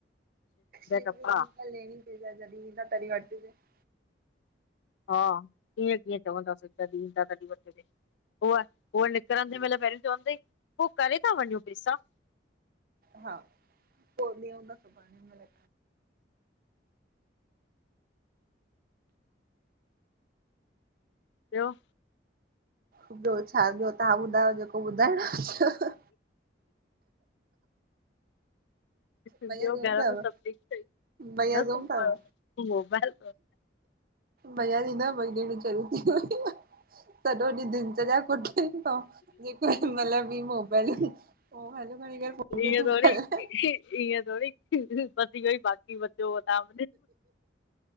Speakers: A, on the right (about 50°); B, on the left (about 75°).
A: लेणी
B: टपा
A: चइ जॾहिं न तरी वती ते <unintelligible>
B: हा, इएं कीअं चवंदासीं तॾहिं ईंदा तॾहिं वठजे। उहा, उहा निकिरंदे महिल पहिरियों चवंदई, पोइ करे था वञूं पैसा?
A: हा, पोइ ॾींहं हूंदा सुभाणे महिल
B: ॿियो?
A: ॿियो छा ॿियो तव्हां ॿुधायो जेको ॿुधाइणो आ।
B: ॿियो
A: भईया सुम
B: घर
A: पयव?
B: में सभु ठीक थई
A: भईया
B: न सुमपयो
A: सुम पयव?
B: मोबाइल
A: भईया जी न ॿई भेणयूं चरियूं थी वयूं। सॼो ॾींहुं दिनचर्या कुछ बि न, जेको महिल बि मोबाइल ह हलो कणिकर फ त
B: ईअं
A: तूं
B: थोरी
A: <unintelligible>
B: ईअं थोरी, बस इहो ई बाक़ी बचो तां